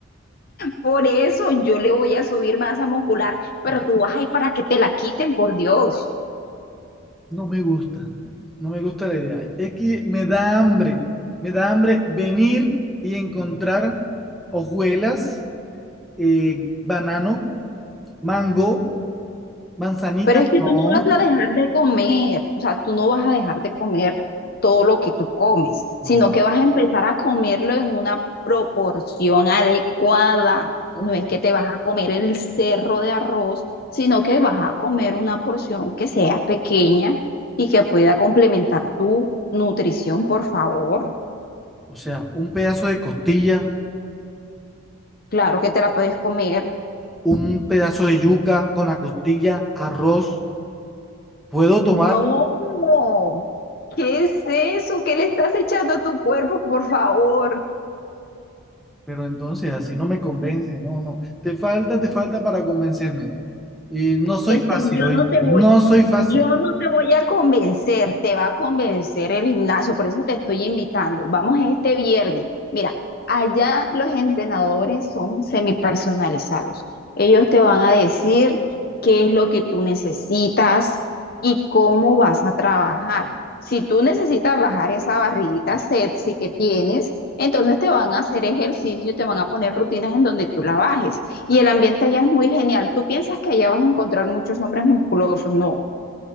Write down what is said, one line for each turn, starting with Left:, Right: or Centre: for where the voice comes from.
Left: por eso yo le voy a subir masa muscular, pero tú vas ahí para que te la quiten, por Dios.
Centre: No me gusta, no me gusta la idea. Es que me da hambre, me da hambre venir y encontrar hojuelas, eh, banano, mango, manzanita.
Left: Pero es que
Centre: No,
Left: tú no vas a dejar de comer, o sea, tú no vas a dejar de comer todo lo que tú comes, sino
Centre: no.
Left: que vas a empezar a comerlo en una proporción adecuada.
Centre: no.
Left: No es que te vas a comer el cerro de arroz, sino que vas a comer una porción que sea pequeña y que pueda complementar tu nutrición, por favor.
Centre: O sea, un pedazo de costilla,
Left: Claro que te la puedes comer.
Centre: un pedazo de yuca con la costilla, arroz. Puedo
Left: No,
Centre: tomar
Left: ¿qué es eso? ¿Qué le estás echando a tu cuerpo, por favor?
Centre: Pero entonces así no me convence, no, no. Te falta, te falta para convencerme. Y no soy
Left: Es
Centre: fácil,
Left: que yo
Centre: ¿oíste?
Left: no te voy,
Centre: No soy fácil,
Left: yo no te voy a convencer, te va a convencer el gimnasio, por eso te estoy invitando. Vamos este viernes. Mira, allá los entrenadores son semipersonalizados. Ellos te van a decir qué es lo que tú necesitas y cómo vas a trabajar. Si tú necesitas bajar esa barriguita sexy que tienes, entonces te van a hacer ejercicio y te van a poner rutinas en donde tú la bajes. Y el ambiente allá es muy genial. Tú piensas que allá vas a encontrar muchos hombres musculosos, no.